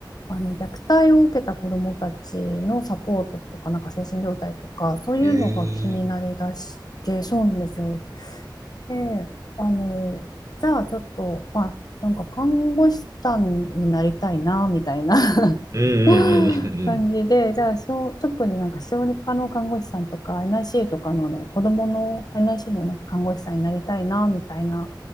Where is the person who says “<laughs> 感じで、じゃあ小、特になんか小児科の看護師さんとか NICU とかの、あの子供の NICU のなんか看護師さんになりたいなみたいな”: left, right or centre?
Left